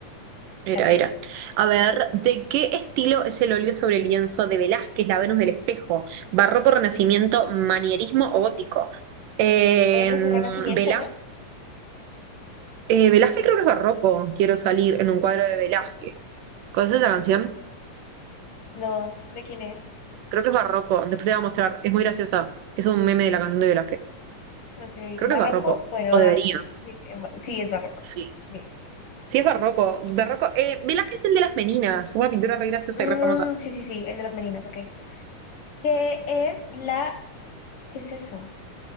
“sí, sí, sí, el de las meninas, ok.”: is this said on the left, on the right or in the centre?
Left